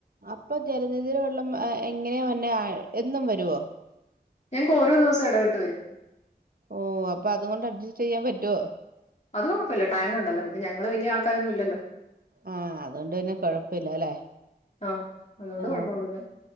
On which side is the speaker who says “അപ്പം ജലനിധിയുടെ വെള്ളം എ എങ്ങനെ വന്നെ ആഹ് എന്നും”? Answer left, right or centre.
Right